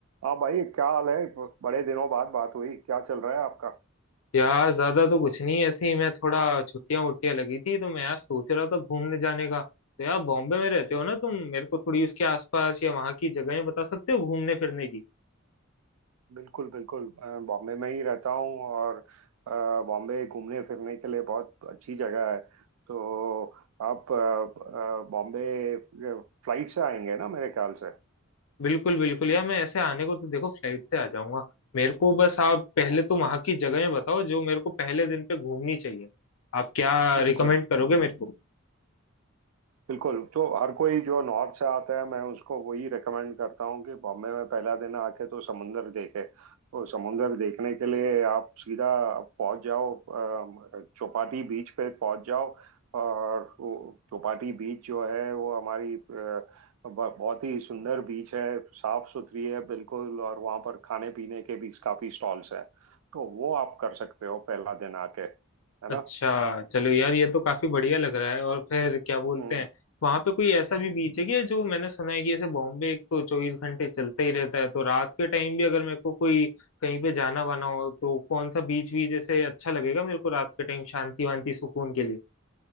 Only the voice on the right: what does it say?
हाँ भाई क्या हाल है बड़े दिनों बाद बात हुई क्या चल रहा है आपका
बिल्कुल बिल्कुल अ, बॉम्बे में ही रहता हूँ और अ, बॉम्बे घूमने फिरने के लिए बहुत अच्छी जगह है तो आप अ, अ, बॉम्बे फ्लाइट से आएंगे ना मेरे ख्याल से
हम्म
बिल्कुल
बिल्कुल तो हर कोई जो नॉर्थ से आता है मैं उसको वही रेकमेंड करता हूँ कि बॉम्बे में पहला दिन आके तो समुंदर देखे तो समुंदर देखने के लिए आप सीधा पहुंच जाओ अ, चौपाटी बीच पे पहुंच जाओ और वो चौपाटी बीच जो है वो हमारी अ, ब- बहुत ही सुंदर बीच है साफ सुथरी है बिल्कुल और वहाँ पर खाने पीने के भी काफी स्टॉल्स हैं तो वो आप कर सकते हो पहला दिन आके है
ना
हम्म